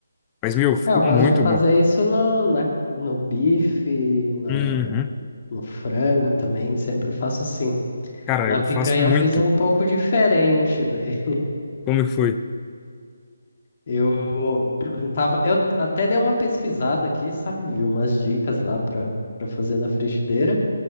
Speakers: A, on the left (about 15°); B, on the left (about 45°).
A: Mas, meu, ficou
B: É, eu gosto
A: muito
B: de fazer
A: bom.
B: isso no, na, no bife, na,
A: Uhum.
B: no frango também, sempre faço assim.
A: Cara,
B: Na
A: eu
B: picanha
A: faço muito.
B: eu fiz um pouco diferente daí.
A: Como que foi?
B: Eu <clears throat> tava, eu até dei uma pesquisada aqui, sabe? Vi umas dicas lá para para fazer na frigideira.